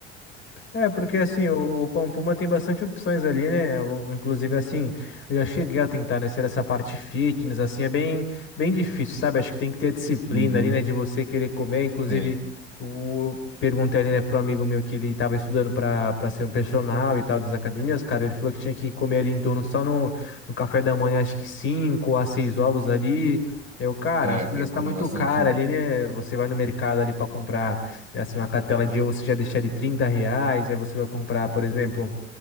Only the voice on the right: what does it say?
Uhum,
tem,
é,
tem que
comer
bastante
ovo.